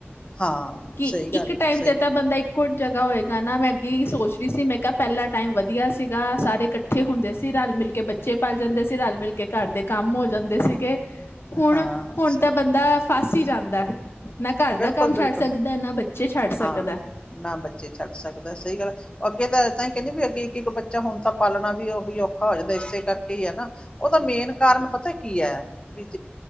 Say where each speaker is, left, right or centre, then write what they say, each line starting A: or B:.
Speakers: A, on the left; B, on the left.
A: ਹਾਂ।
B: ਕਿ
A: ਸਹੀ ਗੱਲ
B: ਇੱਕ
A: ਹੈ
B: ਟਾਈਮ
A: ਸਹੀ
B: ਤੇ ਤਾ ਬੰਦਾ ਇੱਕ ਕੁਜ਼ ਜਗਾ ਹੋਏਗਾ ਨਾ ਮੈਂ ਅੱਗੇ ਏਈ ਸੋਚ ਰੀ ਸੀ। ਮੈ ਕੇਆ ਪੈਲਾ ਟਾਈਮ ਵਧੀਆ ਸੀਗਾ ਸਾਰੇ ਕੱਠੇ ਹੁੰਦੇ ਸੀ। ਰਲਮਿਲ ਕੇ ਬੱਚੇ ਪੱਲ ਜਾਂਦੇ ਸੀ ਰਲਮਿਲ ਕੇ ਘਰ ਦੇ ਕੰਮ ਹੋ ਜਾਂਦੇ ਸੀਗੇ। ਹੁਣ,
A: ਹਾਂ
B: ਹੁਣ
A: ਸ
B: ਤਾਂ ਬੰਦਾ ਫੱਸ ਈ ਜਾਂਦੈ। ਨਾ ਘਰ ਦਾ
A: ਬਿਲਕੁਲ
B: ਕੰਮ ਛੱਡ
A: ਬਿਲਕੁਲ
B: ਸਕਦਾ ਨਾ ਬੱਚੇ ਛੱਡ ਸਕਦਾ
A: ਹਾਂ ਨਾ ਬੱਚੇ ਛੱਡ ਸਕਦਾ ਸਹੀ ਗੱਲ ਐ ਅੱਗੇ ਤਾ ਤਾਂ ਈ ਕੈਂਦੇ ਵੀ ਅੱਗੇ ਇੱਕ ਬੱਚਾ ਹੁਨ ਤਾਂ ਪਾਲਨਾ ਵੀ ਓਹੀ ਔਖਾ ਹੋ ਜਾਂਦ ਇਸੇ ਕਰਕੇ ਈ ਹਨਾ ਓਦਾ ਮੇਨ ਕਾਰਨ ਪਤੈ ਕੀ ਐ। <unintelligible>